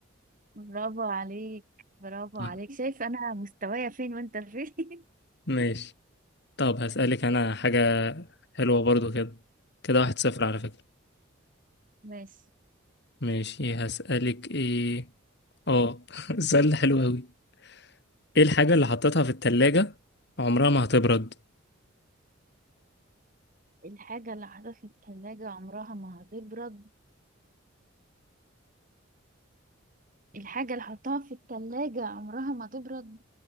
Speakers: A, on the right; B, on the left.
A: برافو عليك برافو
B: طيب.
A: عليك شايف انا مستوايا فين وانت فين
B: ماشي طب هسألك أنا حاجة حلوة برضو كده كده واحد صفر على فكرة
A: <laughs> ماشي
B: ماشي هسألك إيه آه <laughs> السؤال ده حلو أوي إيه الحاجة اللي حطيتها في التلاجة عمرها ما هتبرد
A: الحاجة اللي حطها في التلاجة عمرها ما هتبرد الحاجة اللي حطها في التلاجة عمرها ما تبرد